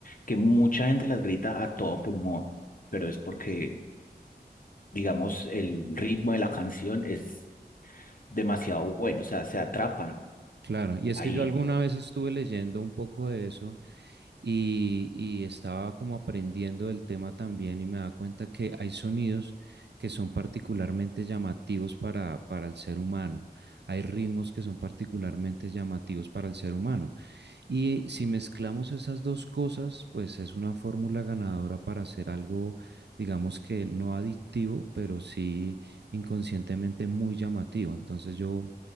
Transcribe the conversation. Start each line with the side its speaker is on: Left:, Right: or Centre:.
Left: que mucha gente las grita a todo pulmón, pero es porque, digamos, el ritmo de la canción es demasiado bueno, o sea, se atrapan
Right: Claro, y es
Left: ahí.
Right: que yo alguna vez estuve leyendo un poco de eso y, y estaba como aprendiendo del tema también y me da cuenta que hay sonidos que son particularmente llamativos para, para el ser humano, hay ritmos que son particularmente llamativos para el ser humano. Y si mezclamos esas dos cosas, pues es una fórmula ganadora para hacer algo, digamos que no adictivo, pero sí inconscientemente muy llamativo. Entonces yo